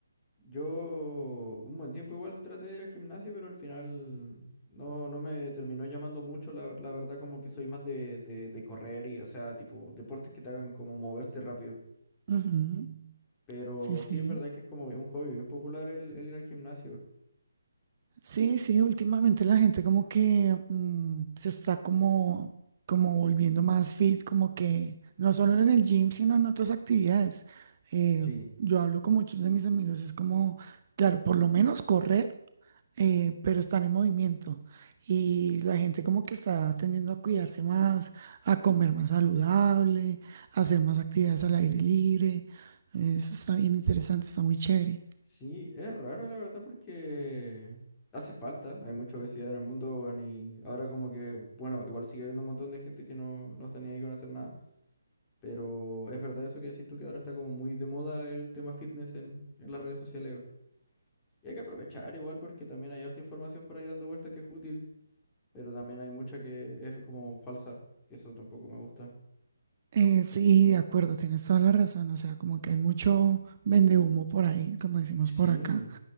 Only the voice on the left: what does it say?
yo un buen tiempo igual traté de ir al gimnasio, pero al final no, no me terminó llamando mucho. La, la verdad, como que soy más de, de, de correr y, o sea, tipo, deportes que te hagan como moverte rápido.
Pero
sí es verdad que es como un hobby bien popular el, el ir al gimnasio.
Sí.
Sí, es raro la verdad porque hace falta, hay mucha obesidad en el mundo weón, y ahora como que, bueno, igual sigue habiendo un montón de gente que no, no está ni ahí con hacer nada, pero es verdad eso que decís tú que ahora está como muy de moda el tema fitness en, en las redes sociales. weón. Y hay que aprovechar igual porque también hay harta información por ahí dando vuelta que es útil, pero también hay mucha que es como falsa, que eso tampoco me gusta.
Sí,